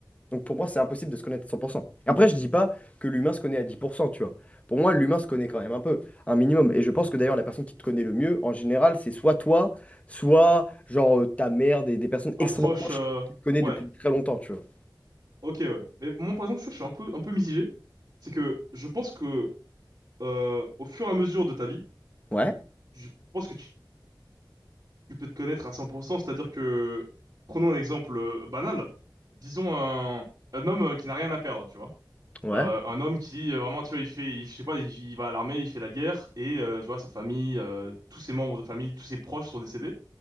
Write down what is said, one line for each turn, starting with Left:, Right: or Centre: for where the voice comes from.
Left: Donc pour moi, c'est impossible de se connaître à 100%. Et Après, je dis pas que l'humain se connaît à dix pour cent tu vois. Pour moi, l'humain se connaît quand même un peu, un minimum. Et je pense que d'ailleurs, la personne qui te connaît le mieux, en général, c'est soit toi, soit genre euh, ta mère, des, des personnes
Right: Un
Left: extrêmement
Right: proche,
Left: proches
Right: euh,
Left: qui te connaissent
Right: ouais,
Left: depuis très longtemps, tu vois.
Right: ok, ouais. Mais moi, par exemple, je suis un peu, un peu mitigé. C'est que je pense que euh, au fur et à mesure de ta vie,
Left: Ouais,
Right: je pense que tu, tu peux te connaître à 100%, c'est-à-dire que, prenons un exemple euh, banal, disons un, un homme euh, qui n'a rien à perdre, tu vois.
Left: ouais.
Right: Euh, un homme qui, euh, vraiment, tu vois, il fait, il- je sais pas, il, il va à l'armée, il fait la guerre, et euh, tu vois, sa famille, euh, tous ses membres de famille, tous ses proches sont décédés.